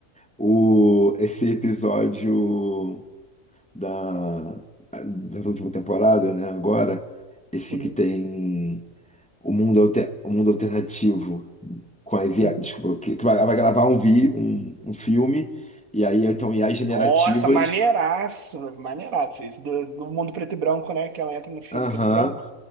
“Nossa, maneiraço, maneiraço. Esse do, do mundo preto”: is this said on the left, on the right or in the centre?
Right